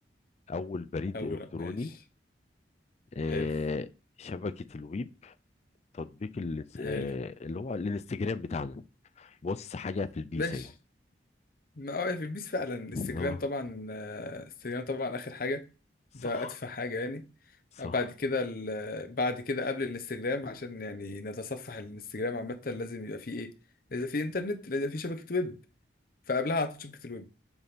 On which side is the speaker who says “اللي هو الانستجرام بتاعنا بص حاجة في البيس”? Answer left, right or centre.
Left